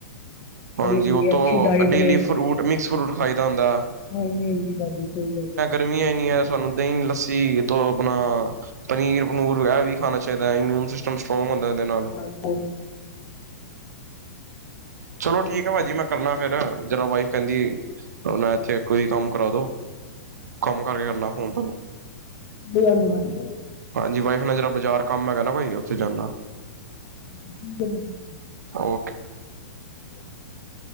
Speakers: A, on the right (about 80°); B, on the left (about 20°).
A: ਹਾਂਜੀ
B: ਬਣੀ ਦੀ
A: ਉਹ
B: ਅੱਛੀ
A: ਤੋਂ
B: diet
A: daily fruit mix fruit ਖਾਈਦਾ ਹੁੰਦਾ।
B: ਹਾਂਜੀ-ਹਾਂਜੀ ਭਾਜੀ ਸਹੀ ਗੱਲ ਏ।
A: ਗਰਮੀ ਏਨੀ ਆਂ ਸਾਨੂੰ ਦਹੀਂ, ਲੱਸੀ ਦੋ ਆਪਣਾ ਪਨੀਰ ਪਨੂਰ ਇਹ ਵੀ ਸ਼ਰਦਾਈ ਇਮਊਨ ਸਿਸਟਮ ਸਟਰੋਂਗ ਹੁੰਦਾ ਉਹਦੇ ਨਾਲ।
B: <unintelligible>
A: ਚਲੋ ਠੀਕ ਹੈ ਭਾਜੀ ਮੈਂ ਕਰਨਾ ਫੇਰ, ਜਰਾ ਵਾਈਫ ਕਹਿੰਦੀ ਉਹ ਇੱਥੇ ਕੋਈ ਕੰਮ ਕਰਾ ਦੋ। ਕੰਮ ਕਰਕੇ ਕਰਨਾ ਫੋਨ ਤੁਹਾਨੂੰ।
B: ਹਾਂਜੀ
A: ਹਾਂਜੀ ਵਾਈਫ ਨਾਲ ਜਿਹੜਾ ਬਾਜ਼ਾਰ ਕੰਮ ਹੈਗਾ ਨਾ ਕੋਈ ਉੱਥੇ ਜਾਂਨਾ।
B: <unintelligible>
A: ਓਕੇ।
B: <unintelligible>